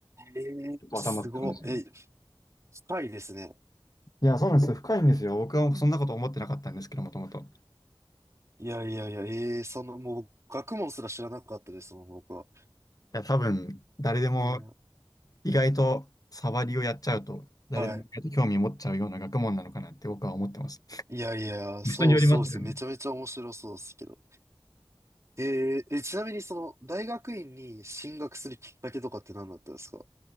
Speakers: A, on the right; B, on the left.
A: ええすごい。
B: 結構頭使うんですよ。
A: え、深いですね。
B: いや、そうなんですよ。深いんですよ。僕はそんなこと思ってなかったんですけど、もともと。い
A: いやいやいや、ええそんな、もう、学問すら知らなかったですもん、僕は。
B: や、多分、誰でも
A: いいな。
B: 意外と触りをやっちゃうと、誰でも意外と興味持っちゃうような学問なのかなって僕は思ってます。
A: はい。いやいや、
B: 人によりますよね。
A: そうそうです。めちゃめちゃ面白そうですけど。えーえ、ちなみにその、大学院に進学するきっかけとかって何だったんですか